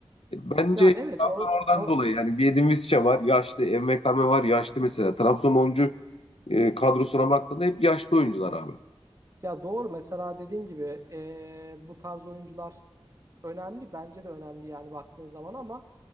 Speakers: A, on the left; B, on the right.
A: E, Bence
B: Ya evet
A: Trabzon
B: or,
A: oradan
B: or-
A: dolayı yani bir Edin Visca var, yaşlı, MKM var, yaşlı mesela. Trabzon oyuncu e, kadrosuna baktığında hep yaşlı oyuncular abi.
B: ya doğru mesela dediğin gibi ee, bu tarz oyuncular önemli. Bence de önemli yani baktığın zaman ama